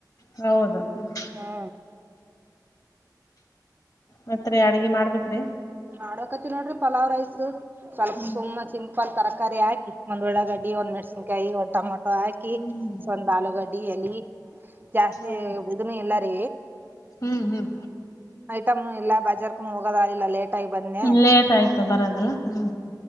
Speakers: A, on the left (about 50°); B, on the right (about 25°).
A: ಹೌದು ಹ್ಮ್
B: ಹಾ
A: ಮತ್ತ ಅಡ್ಗೆ ಮಾಡ್ಬೇಕ್ರಿ
B: ನಾಡೋಕ ನೋಡ್ರಿ ಪಲಾವ್ ರೈಸ್ ಸ್ವಲ್ಪ
A: ಹ್ಮ್
B: ಸುಮ್ಮ ಚಿಂ ಫಲ್ ತರಕಾರಿ ಹಾಕಿ ಒಂದ್ಳ್ಗಡ್ಡಿ ಒಂದ್ಮೇಣಸನ್ಯಿ ಒಂದ ಟಮಟ ಹಾಕಿ
A: ಹ್ಮ್
B: ಸ್ವಂತ ಆಲೂಗಡ್ಡಿಯಲ್ಲಿ ಜಾಸ್ತಿ
A: ಹೌದು
B: ಇದನ್ನು ಎಲ್ಲ ರ
A: ಹ್ಮ್ ಹ್ಮ್
B: ಐಟಮ್ ಎಲ್ಲ ಬಜಾರ್ರ್ಕು ಹೋಗದ ಅಲ್ಲ ಲೇಟ್ ಆಗಿ ಬಂದ್ನ್ಯ
A: ಹ್ಮ ಲೇಟ್ ಆಯ್ತ ಬರದಲ್ಲ ಹ್ಮ್